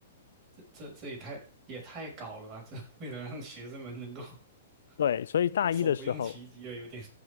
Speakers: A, on the right; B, on the left.
A: 这这这也太也太搞了吧！这 <laughs> 为了让学生们能够
B: 对，
A: <laughs>
B: 所以大一的时候。
A: 无所不用其极了，有点。